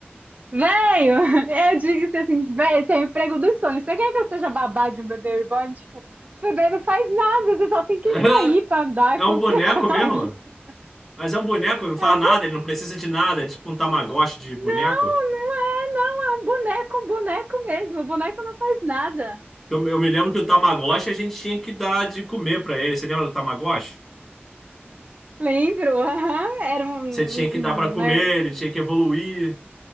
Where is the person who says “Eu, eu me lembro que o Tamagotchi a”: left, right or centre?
Centre